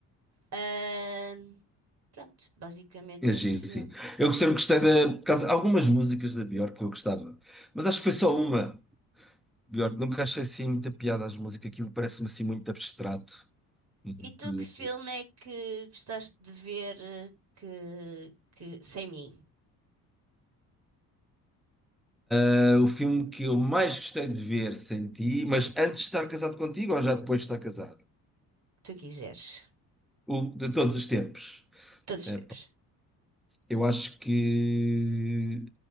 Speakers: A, on the right; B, in the centre.
A: Ahm, pronto, basicamente
B: É
A: esse
B: giro,
A: filme.
B: sim. Eu sempre gostei da. por causa- Algumas músicas da Björk que eu gostava, mas acho que foi só uma. Björk, nunca achei assim muita piada às músicas, aquilo parece-me assim muito abstrato. Muito.
A: E tu que filme é que gostaste de ver eh, que, que sem mim,
B: É O filme que eu mais gostei de ver sem ti, mas antes de estar casado contigo ou já depois de estar casado?
A: que tu quiseres?
B: O de todos os tempos.
A: Todos os
B: Epá,
A: tempos.
B: eu acho que